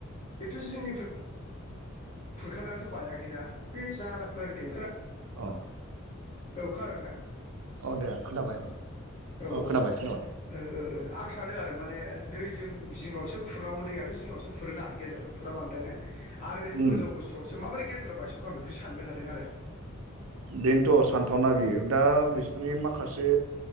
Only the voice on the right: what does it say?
अ <inaudible>
औ दे खोनाबाय
खोनाबाय खोनाबाय
उम
बेनोथ' सान्थावना बियो। दा बिसोरनि माखासे